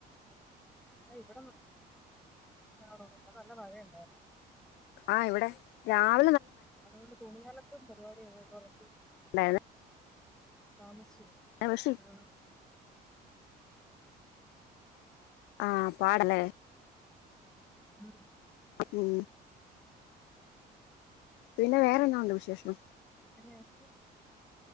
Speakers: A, in the centre; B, on the left.
A: അ ഇവടെ ന്ന ആണോ ഇവിടെ നല്ല മഴ ഇണ്ടായിരുന്നു
B: ആഹ് ഇവടെ രാവ്
A: അതുകൊണ്ട് തുണിയലൊക്കം പരിപാടി <unintelligible> കൊറച്ച്
B: ഉണ്ടായിരുന്നു
A: താമസി
B: പക്ഷെ
A: ആഹ്
B: ആ പാടലേ
A: ഉം
B: മ് പിന്നെ വേറെന്താ ഉണ്ട വിശേഷം
A: <unintelligible>